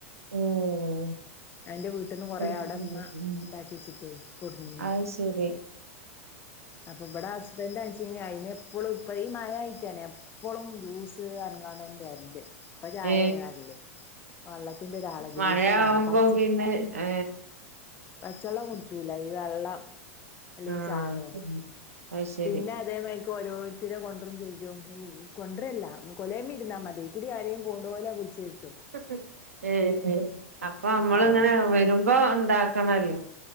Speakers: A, on the right; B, on the left.
A: മ്മ്
B: എന്റെ വീട്ടിന്ന് കൊറേ അവിടെ
A: <unintelligible>
B: ഇമ്മ ഇണ്ടാക്കി വെച്ചിട്ടേ കൊടുന്നീനു
A: ആഹ് ശെ- ശെരി
B: അപ്പബ്ട ഹസ്ബനന്റാച്ചെങ്ങെ അയ്‌നെ എപ്പളും ഇപ്പ- പ്പ ഈ മഴായിട്ടാണെ എപ്പളും ജ്യൂസ് പർഞ്ങ്ങാണ്ട്ൻ വെര്ല് ഇപ്പ ചായന
A: ഏ
B: വരല് വെള്ളത്തിന്റെ രാള ജ്യൂസ്
A: മഴ
B: വെള്ളം
A: ആവുമ്പോ
B: പച്ച
A: പിന്നെ ഏ ഹ്
B: പച്ചെള്ളം കുടിച്ചൂല ഈ വെള്ളം അല്ലെങ്കി
A: ആ
B: ചായെ
A: അത് ശരി
B: പിനെ അതേമാരി ഇപ്പൊ ഓരോരുത്തരെ കൊണ്ടരും ചെയ്യും കൊണ്ടരല്ല കൊലേമേ ഇരുന്നാ മതി കുടി ആരേയും പോണ്ടോല വിളി- ചെര്ത്തും
A: ഹ് ഹ് ഏ ഏ അപ്പ നമ്മള്ങ്ങനെ
B: ആളാണ്
A: വരുമ്പോ ഉണ്ടാക്കണല്ലോ.